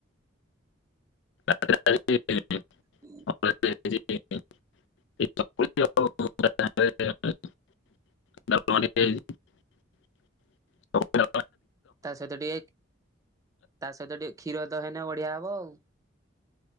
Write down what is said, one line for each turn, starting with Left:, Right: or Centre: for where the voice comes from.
Left: ରାତିରେ ଆଜି।
Right: ହୁଁ
Left: ଖାଇଚି। <inaudible> ଏଇ ଚକୁଳି ଆଉ। <inaudible> ଡାଲମା ଟିକେ ଖାଇଚି ଚକୁଳି ଡ଼ା
Right: ତା ସହିତ ଟିକେ ତା ସହିତ ଟିକେ କ୍ଷୀର ତ ହେନେ ବଢିଆ ହବ ଆଉ।